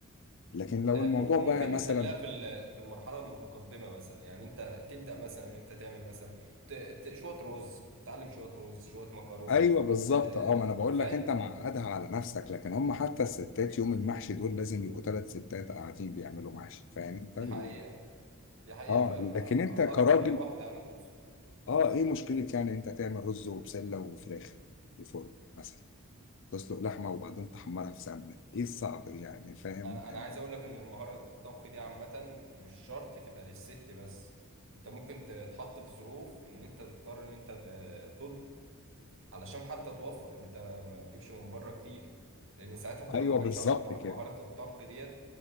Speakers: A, on the left; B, on the right.
A: لكن لو
B: أه
A: الموضوع
B: م- ممكن
A: بقى مثلا
B: تخليها في ال- في المرحله المتقدمه مثلا يعني انت تبدا مثلا ان انت تعمل مثلا ت... ت... شويه رز تعلم شويه رز شويه مكرونه
A: ايوه بالظبط
B: أه
A: اه ما انا بقول
B: فاهم
A: لك انت معقدها على نفسك لكن هم حتى الستات يوم المحشي دول لازم يبقوا ثلاث ستات قاعدين بيعملوا محشي فاهم انت
B: دي
A: ال-
B: حقيقه دي حقيقه
A: اه
B: فعلا
A: لكن
B: أ-
A: انت
B: اكتر
A: كراجل
B: من واحده انا تقصد
A: اه ايه مشكلة يعني انت تعمل رز وبسلة وفراخ في الفرن مثلا تسلق لحمة وبعدين تحمرها في سمنة ايه الصعب يعني فاهم
B: انا انا
A: آه.
B: عايز اقول لك ان المهاره الطبخ دي عامه مش شرط تبقى للست بس انت ممكن تتحط في ظروف ان انت تضطر ان انت ت- تطبخ علشان حتى توفر ان انت ما تجيبش من بره كتير لان ساعتها انت
A: ايوه
B: لو ما كانش
A: بالظبط
B: عندك مه-
A: كده
B: مهاره الطبخ ديت